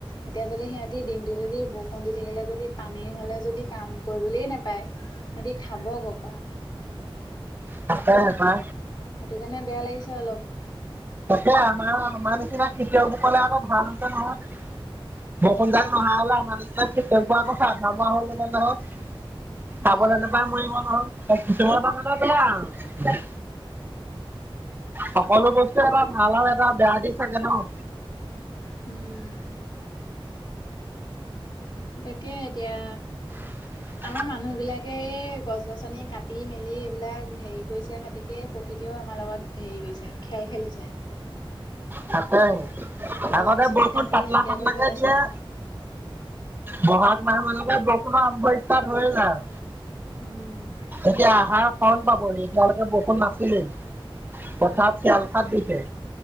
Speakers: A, on the left; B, on the right.
A: এতিয়া যদি সিহঁতে দিনটো যদি বৰষুণ দি থাকিলে যদি পানী হলে যদি কাম কৰিবলৈ নাপায় সিহঁতি খাব ক'ৰপৰা?
B: তাকে <unintelligible>
A: সেইটো কাৰণে বেয়া লাগিছে অলপ।
B: তাকে আমাৰ- আমাৰ নিচিনা খেতিয়কসকলে আকৌ <unintelligible> নহয় বৰষুণজাক নহা হ'লে আমাৰ নিচিনা খেতিয়কবোৰে আকৌ চাহকাপ বনাব চিলিণ্ডাৰত <unintelligible> খাবলৈ
A: উম
B: নোপায় মৰিব নোৱাৰো, খেতিয়কৰ কাৰনে বেয়া আৰু সকলো বস্তুৰে এটা ভাল আৰু এটা বেয়া দিশ থাকে ন।
A: হম তাকে এতিয়া
B: <unintelligible>
A: আমাৰ মানুহবিলাকে গছ গছনি কাটি মেলি এইবিলাক হেৰি কৰিছে গতিকে প্ৰকৃতিও আমাৰ লগত হেৰি কৰিছে, খেল খেলিছে।
B: তাকে
A: গছ
B: আগতে
A: গছনি
B: বৰষুণ
A: কাটি
B: পাতলা-
A: নাইকিয়া
B: পাতলাকে
A: কৰি পেলাইছে
B: দিয়ে।
A: ন
B: ব'হাগ মাহ মানৰপৰা বৰষুণ আৰম্ভ ষ্টাৰ্ট হৈয়ে যায়।
A: উম
B: এতিয়া আহাৰ, শাওন পাবহি এতিয়ালৈকে বৰষুণ নাছিলে। পথাৰত
A: উম
B: চিৰালফাত দিছে।